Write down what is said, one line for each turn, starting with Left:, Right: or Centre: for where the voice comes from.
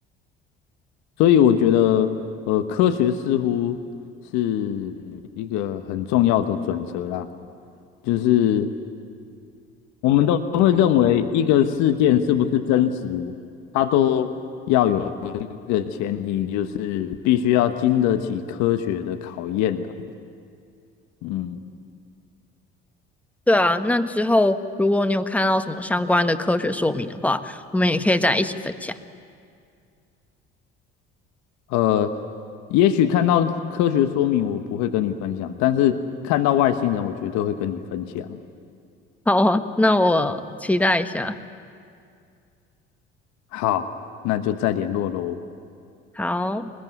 Left: 所以我觉得，呃，科学似乎是一个很重要的准则啦，就是我们都会认为一个事件是不是真实，它都要有一个前提，就是必须要经得起科学的考验啦。嗯，
Centre: 对啊，那之后如果你有看到什么相关的科学说明的话，我们也可以再一起分享。
Left: 呃，也许看到科学说明我不会跟你分享，但是看到外星人我绝对会跟你分享。
Centre: 好啊，那我期待一下。
Left: 好，那就再联络喽。
Centre: 好。